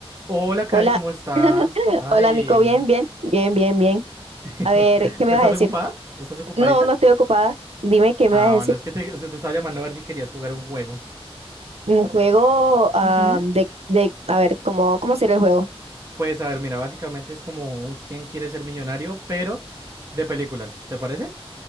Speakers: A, on the right (about 30°); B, on the right (about 80°).
A: Hola, Cari,
B: Hola,
A: ¿cómo estás?
B: <laughs>
A: Ay,
B: hola Nico, bien, bien, bien, bien, bien.
A: <laughs>
B: A ver, ¿qué me
A: ¿estás
B: vas a decir?
A: ocupada? ¿Estás ocupadita?
B: No, no estoy ocupada. Dime qué me
A: Ah,
B: vas a decir.
A: bueno, es que te, se te estaba llamando a ver si querías jugar un juego.
B: Un juego ah,
A: Ujú.
B: de, de, a ver, ¿cómo, cómo sería el juego?
A: Pues a ver, mira, básicamente es como un quién quiere ser millonario, pero de películas, ¿te parece?